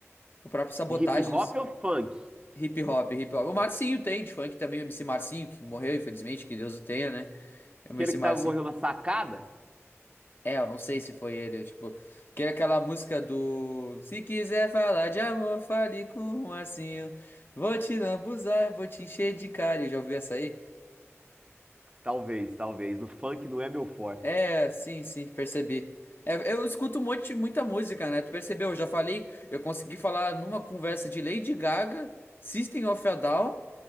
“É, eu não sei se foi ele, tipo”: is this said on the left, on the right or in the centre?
Left